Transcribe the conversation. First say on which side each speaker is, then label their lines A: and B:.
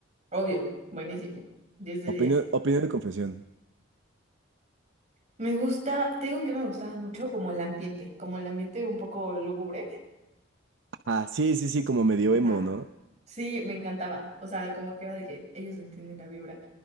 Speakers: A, on the right; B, on the right.
A: Obvio, buenísimo. diez de diez
B: Opinión, opinión de confesión.
A: Me gusta, te digo que me gustaba mucho como el ambiente, como el ambiente un poco lúgubre.
B: Ah, sí, sí, sí, como medio
A: Ajá.
B: emo, ¿no?
A: Sí, me encantaba. O sea, como que era de que ellos entienden la vibra.